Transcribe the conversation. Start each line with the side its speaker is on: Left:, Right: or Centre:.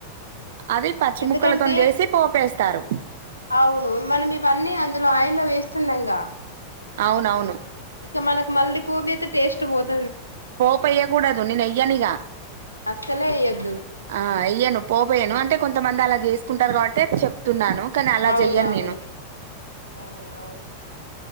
Right: అది పచ్చి
Left: ఎందుకంటే
Right: ముక్కలతో న్ చేసి పోపేస్తారు
Left: అవును మనం ఇవన్నీ అందులో ఆయిన్లో వేస్తున్నాంగ
Right: అవునవును
Left: ఇక మనకు మళ్ళీ పోపేస్తే టేస్ట్ పోద్
Right: పో పెయ్యకూడదు నేనెయ్యనిగా
Left: అస్సలే వేయొద్దు
Right: ఆ ఎయ్యను పోపేయను అంట అంటే కొంతమంది అలా చేసుకుంటారు కాబట్టే చెప్తున్నాను కాని అలా
Left: అవునవును
Right: చెయ్యన్ నేను
Left: ఆ అవును